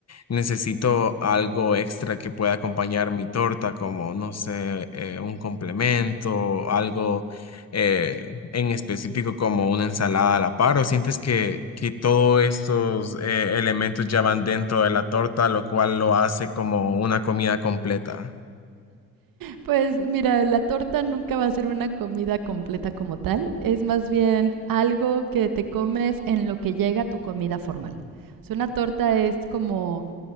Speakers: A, on the left (about 50°); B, on the right (about 75°).
A: Necesito algo extra que pueda acompañar mi torta, como, no sé, eh, un complemento, algo eh, en específico como una ensalada a la par, o sientes que, que todos estos eh, elementos ya van dentro de la torta, lo cual lo hace como una comida completa.
B: Pues mira, la torta nunca va a ser una comida completa como tal, es más bien algo que te comes en lo que llega tu comida formal. O sea, una torta es como